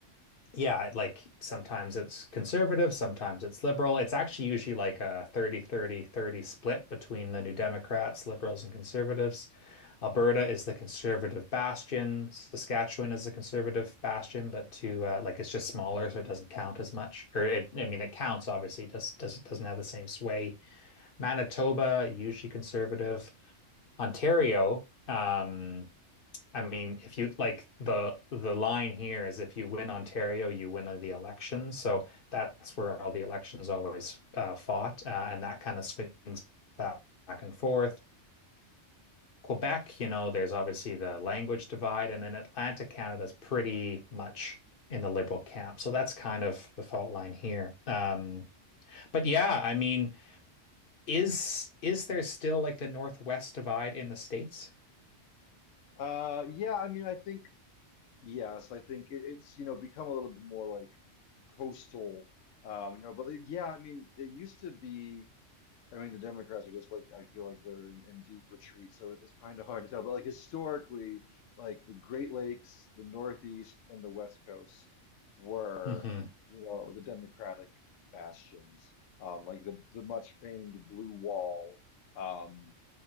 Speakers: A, on the left; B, on the left.
A: yeah, like sometimes it's conservative, sometimes it's liberal. It's actually usually like a 30, 30, 30 split between the New Democrats, liberals, and conservatives. Alberta is the conservative bastion. Saskatchewan is the conservative bastion, but to uh, like it's just smaller, so it doesn't count as much. Or it, I mean, it counts obviously, it just does doesn't have the same sway. Manitoba usually conservative. Ontario, um, I mean, if you like the the line here is if you win Ontario, you win the election. So that's
B: Mm.
A: where all the elections always uh, fought, uh, and that kind of swings back, back and forth. Quebec, you know, there's obviously the language divide, and then Atlantic Canada is pretty much in the liberal camp. So that's kind of the fault line here. Um, but yeah, I mean, is is there still like the Northwest divide in the states?
B: Uh, yeah, I mean, I think, yes, I think it, it's, you know, become a little bit more like coastal, um, you know, but like, yeah, I mean, it used to be. I mean, the Democrats are just like, I feel like they're in, in deep retreat, so it- it's kind of hard to tell. But like historically, like the Great Lakes, the Northeast, and the West Coast were,
A: Mm-hmm.
B: you know, the Democratic bastions. Um, like the the much famed Blue Wall, um,